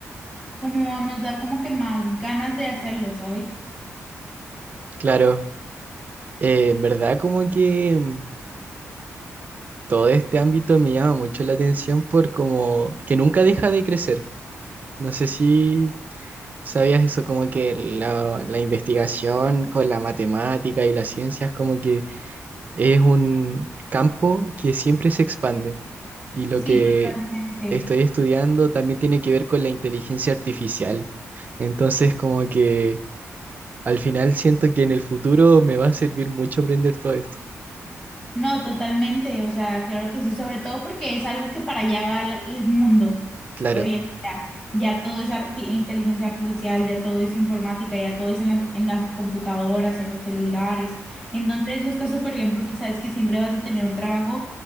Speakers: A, on the left; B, on the right.
A: como nos da como que más ganas de hacerlo, ¿sabes?
B: claro. Eh, en verdad como que mm, todo este ámbito me llama mucho la atención por como que nunca deja de crecer. No sé si sabías eso, como que la, la investigación con la matemática y las ciencias como que es un campo que siempre se expande y lo
A: Sí,
B: que
A: totalmente.
B: estoy estudiando también tiene que ver con la inteligencia artificial. Entonces como que al final siento que en el futuro me va a servir mucho aprender todo esto.
A: No, totalmente, o sea, claro que sí, sobre todo porque es algo que para allá va la- el mundo
B: Claro.
A: hoy en día. Ya todo es arti- inteligencia artificial, ya todo es informática, ya todo es en las, en las computadoras, en los celulares. Entonces eso está súper bien porque sabes que siempre vas a tener un trabajo